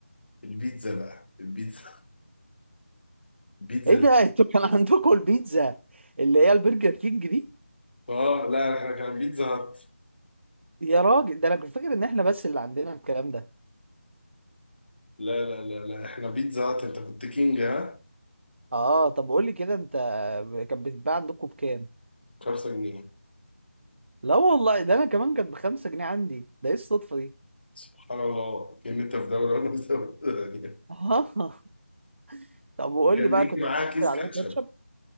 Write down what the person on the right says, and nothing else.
ايه ده <laughs> انتوا كان عندكم البيتزا اللي هي البرجر كينج دي
يا راجل ده انا كنت فاكر ان احنا بس اللي عندنا الكلام ده
اه طب قول لي كده انت كانت بتتباع عندكم بكام
لا والله ده انا كمان كانت بخمسة جنيه عندي ده ايه الصدفة دي
اه <laughs> طب وقول
لي بقى
كنت
بتحط
عليها
كاتشب